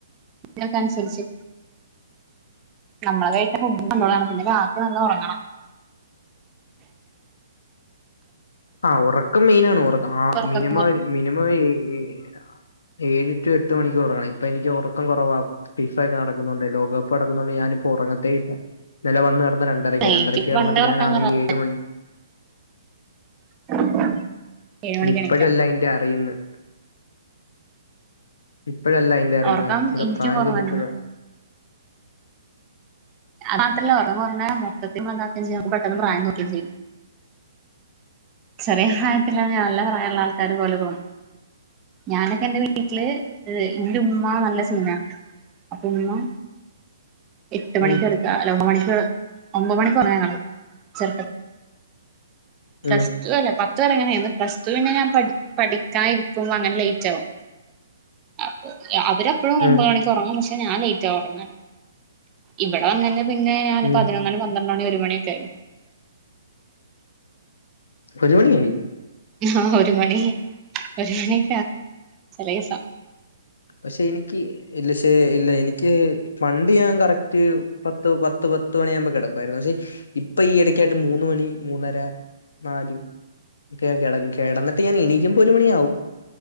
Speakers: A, on the right; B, on the left.
A: അയ്നൊക്കനസരിച്ച് നമ്മളെ കഴിക്കണ ഫുണ്ടിന്റെ <unintelligible> പിന്നെ ബാക്കി നല്ല ഒറങ്ങണം
B: ആഹ് ഒറക്കം മെയിനാണ് ഒറക്കം ആഹ്
A: ഉറക്കം
B: മിനിമം മിനിമം ഏഹ് എഴ് ടു എട്ട് മണിക്കൂർ ഒറങ്ങണം ഇപ്പൊ എനിക്ക് ഒറക്കം കുറവാ ഫിഫ ഒക്കെ നടക്കുന്നൂണ്ടെ ലോകകപ്പ് നടക്കുന്നൂണ്ടെ ഞാനിപ്പൊ ഒറങ്ങത്തേ ഇല്ല ഇന്നല വന്ന് കെടന്ന രണ്ടരക്ക
A: എനിക്ക്
B: രണ്ടരക്ക് കെടന്നിട്ട്
A: പണ്ടേ ഉറക്കം
B: ഞാനാന്നങ്കി
A: കുറവാ
B: ഏഴ് മണി
A: <inaudible> ഏഴ് മണിക്ക്
B: ഇപ്പഴല്ല
A: എണീറ്റാ
B: അയിന്റെ അറിയുന്നെ ഇപ്പഴല്ല അതിന്റെ അറിയുന്ന
A: ഉറക്കം
B: ഇച്ചരൂടെ
A: എനിക്കും
B: പ്രായം
A: കുറവ്
B: ചെല്ലുമ്പഴ
A: തന്നെയാണ് അത് മാത്രല്ല ഒറക്കംകൊറഞ്ഞ മൊത്തത്തി എന്താക്കം ചെയ്യ പെട്ടെന്ന് പ്രായം തോന്നിക്കേം ചെയ്യും ചെറിയ പ്രായത്തിലന്നെ നല്ല പ്രായള്ള ആൾക്കാര് പോലെതോന്നും ഞാനൊക്കെ എന്റെ വീട്ടില് ഇന്റുമ്മ നല്ല സീനാ അപ്പൊ ഉമ്മ. എട്ട് മണിക്ക്
B: ഉം
A: കെടക്ക അല്ല ഒമ്പണിക്ക് ഒമ്പത് മണിക്ക് ഒറങ്ങാങ്ങള് ചെറുപ്പ പ്ലസ്
B: ഉം
A: ടു അല്ല പത്ത് വരെ അങ്ങനയുന്നു പ്ലസ് ടു പിന്ന ഞാ പഠി പഠിക്കാ ഇരിക്കുമ്പോ അങ്ങനെ ലേറ്റാവു അപ്പൊ അവരപ്പഴും ഒമ്പണിക്ക്
B: ഉം
A: ക്കൊറങ്ങും പക്ഷെ ഞാൻ ലേറ്റാവും. ഒറങ്ങന് ഇവിടെ വന്നേന് പിന്നെ ഞാന്
B: ഉം
A: പതിനൊന്നണി പന്ത്രണ്ട ണടി ഒരു മണിയക്കൊയി
B: ഒരുമണിയായി
A: ആഹ് ഒരു മണി ഒരു മണിക്ക ചെലേസം.
B: പക്ഷെ എനിക്ക് ഇല്ല ശേ ഇല്ല എനിക്ക് പണ്ട്. ഞാൻ കറക്റ്റ് പത്ത് പത്ത് പത്ത് മണിയാമ്പോ കെടക്കുവാരുന്നു പഷെ ഇപ്പൊ ഈ ഇടക്കാട്ട് മൂന്ന് മണി മൂന്നര നാല് കെടക്കും കെടന്നിട്ട് ഞാൻ എണീക്കുമ്പോ ഒരു മണിയാവും.